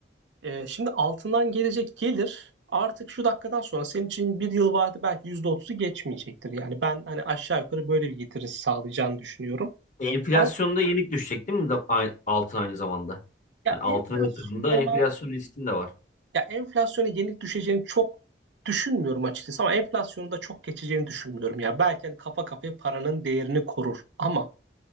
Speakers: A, on the right (about 80°); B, on the left (about 45°).
A: e, şimdi altından gelecek gelir artık şu dakikadan sonra senin için bir yıl vade belki yüzde otuzu geçmeyecektir. Yani ben hani aşağı yukarı böyle bir getirisi sağlayacağını düşünüyorum.
B: Enflasyonda
A: Ama
B: yenik düşecek değil mi da- ay- altın aynı zamanda?
A: ya
B: Yani altına
A: enflasyona
B: yatırımda enflasyon riskin de var.
A: Ya enflasyonu yenik düşeceğini çok düşünmüyorum açıkçası ama enflasyonu da çok geçeceğini düşünmüyorum ya. Belki hani kafa kafaya paranın değerini korur ama